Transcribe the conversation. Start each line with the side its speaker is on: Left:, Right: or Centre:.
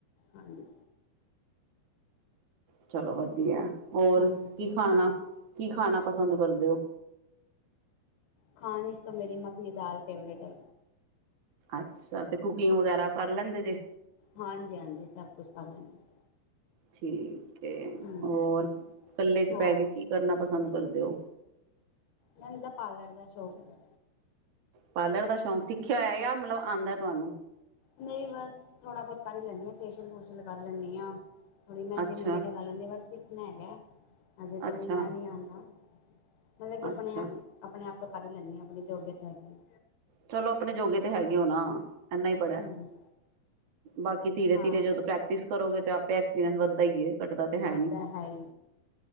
Left: ਹਾਂਜੀ।
Right: ਚਲੋ ਵਧੀਆ, ਹੋਰ
Left: ਹੂੰ
Right: ਕੀ ਖਾਣਾ। ਕੀ ਖਾਣਾ ਪਸੰਦ ਕਰਦੇ ਓ?
Left: ਖਾਣ ਇਚ ਤੇ ਮੇਰੀ ਮੱਖਣੀ ਦਾਲ ਫੇਵਰੇਟ ਏ।
Right: ਅੱਛਾ ਤੇ ਕੁਕਿੰਗ ਵਗੈਰਾ ਕਰ ਲੈਂਦੇ ਜੇ।
Left: ਹਾਂਜੀ-ਹਾਂਜੀ ਸਭ ਕੁਛ ਕਰ ਲੈਨੇ ਆ।
Right: ਠੀਕ ਏ
Left: ਹੂੰ
Right: ਹੋਰ ਕੱਲੇ ਚ
Left: ਹੋਰ
Right: ਬੈਹ ਕੇ ਕੀ ਕਰਨਾ ਪਸੰਦ ਕਰਦੇ ਓ?
Left: ਮੈਨ ਤਾਂ ਪਾਰਲਰ ਦਾ ਸ਼ੋਕ ਹੈਗਾ।
Right: ਪਾਰਲਰ ਦਾ ਸ਼ੌਂਕ ਸਿੱਖਿਆ ਹੋਇਆ ਯਾ ਮਤਲਬ ਆਂਦਾ ਤੁਹਾਨੂੰ।
Left: ਨਹੀਂ ਬਸ ਥੋੜਾ-ਬਹੁਤ ਕਰ ਈ ਲੈਂਦੀ ਹਾਂ। ਫੇਸ਼ੀਅਲ- ਫੁਸ਼ਲ ਕਰ ਲੈਂਨੀ ਆ। ਥੋੜ੍ਹੀ ਮਹਿੰਦੀ-ਮੁਨਦੀ
Right: ਅੱਛਾ
Left: ਲਗਾ ਲੈਂਦੀ ਆ ਬਸ ਸਿਖਨਾ ਹੇਗਾ। ਅਜੇ ਤੋਂ
Right: ਅੱਛਾ
Left: ਇਨਾ ਨੀ ਆਉਂਦਾ ਮਤਲਬ ਕਿ ਆਪਣੇ
Right: ਅੱਛਾ
Left: ਆਪਣੇ ਆਪ ਤੋਂ ਕਰ ਲੈਂਨੀ ਆ ਇੰਨੇ ਜੋਗੀ ਤਾ ਹੈਗੀ।
Right: ਚਲੋ ਅਪਨੇ ਜੋਗੇ ਤੇ ਹੈਗੇ ੳ ਨਾ। ਏਨਾਂ ਹੀ ਬੜਾ
Left: ਹੂੰ
Right: ਬਾਕੀ ਧੀਰੇ,
Left: ਹਾਂ
Right: ਧੀਰੇ ਜਦੋਂ ਪ੍ਰੈਕ ਕਰੋਗੇ ਤਾਂ, ਆਪੇ ਐਕਸਪੀਰੀਅਸ ਵੱਧਦਾ ਹੀ ਏ ਘੱਟਦਾ ਤੇ ਹੈ
Left: ਉਹ
Right: ਨੀ।
Left: ਤਾਂ ਹੀ